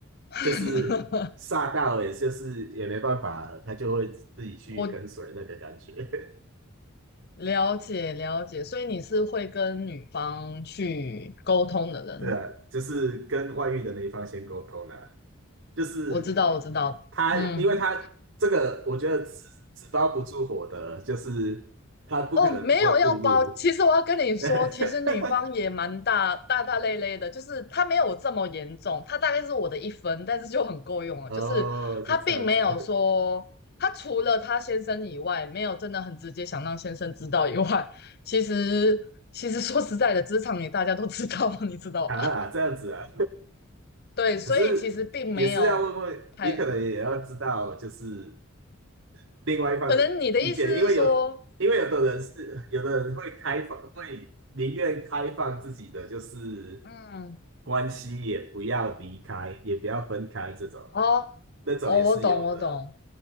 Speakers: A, on the left (about 45°); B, on the right (about 60°).
A: <laughs>
B: 就是煞到，也就是也没办法，他就会自己去跟随那个感觉。
A: 我
B: <laughs>
A: 了解了解，所以你是会跟女方去沟通的人。
B: 对啊，就是跟外遇的那一方先沟通啊，就是
A: 我知道，我知道，
B: 他，
A: 嗯，
B: 因为他这个，我觉得纸纸包不住火的，就是他不可能不会暴露。
A: 哦，没有要包。其实我要跟你说，
B: <laughs>
A: 其实女方也蛮大大大咧咧的，就是她没有这么严重，她大概是我的一分，但是就很够用了。
B: 哦，
A: 就是她并没有说，
B: 就这样子
A: 她除了她先生以外，没有真的很直接想让先生知道以外，其实其实说实在的，职场里大家都知道，<laughs> 你知道吧？
B: <laughs> 啊，这样子啊。
A: 对，所以其实并没有太，
B: 可是也是要问问你，可能也要知道，就是另外一方的意见，
A: 可能你的意思是说，
B: 因为有，因为有的人是，有的人会开放，会宁愿开放自己的就是
A: 嗯，
B: 关系，也不要离开，也不要分开，这种
A: 哦
B: 那种也是有的，
A: 哦，我懂，我懂。